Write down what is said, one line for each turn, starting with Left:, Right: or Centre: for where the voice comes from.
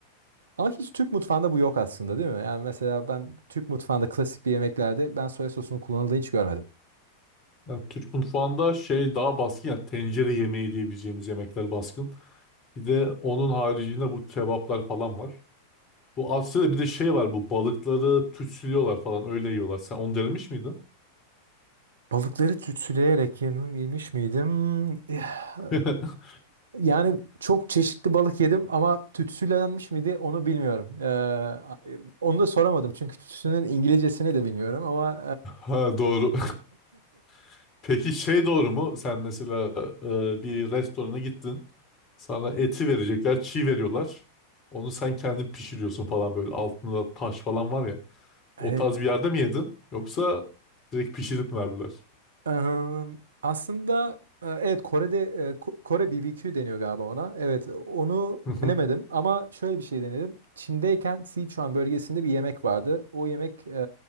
Right: Ama hiç Türk mutfağında bu yok aslında değil mi? Yani mesela ben Türk mutfağında klasik bir yemeklerde ben soya sosunun kullanıldığını hiç görmedim.
Left: Ya Türk mutfağında şey daha baskın ya tencere yemeği diyebileceğimiz yemekler baskın. Bir de onun haricinde bu kebaplar falan var. Bu Asya'da bir de şey var bu balıkları tütsülüyorlar falan öyle yiyorlar. Sen onu denemiş miydin?
Right: Balıkları tütsüleyerek yem- yemiş miydim? Eh,
Left: <laughs>
Right: Yani çok çeşitli balık yedim ama tütsülenmiş miydi onu bilmiyorum. Ee, onu da soramadım çünkü tütsünün İngilizcesini de bilmiyorum ama
Left: Ha doğru. <laughs> Peki şey doğru mu? Sen mesela e, bir restorana gittin. Sana eti verecekler, çiğ veriyorlar. Onu sen kendin pişiriyorsun falan böyle altında taş falan var ya. O
Right: e, evet
Left: tarz bir yerde mi yedin? Yoksa direkt pişirip mi verdiler?
Right: Ehm, aslında e, evet Kore'de e, Ko- Kore BBQ deniyor galiba ona. Evet onu
Left: Hı
Right: denemedim
Left: hı,
Right: ama şöyle bir şey denedim. Çin'deyken Sichuan bölgesinde bir yemek vardı. O yemek e,